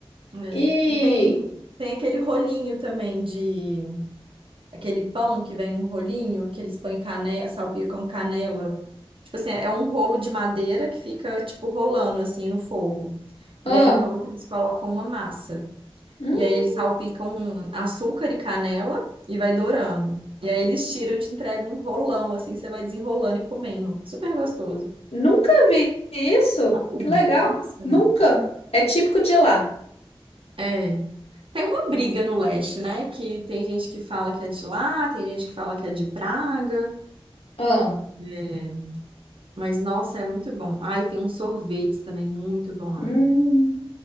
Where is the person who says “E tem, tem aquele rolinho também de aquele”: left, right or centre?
Right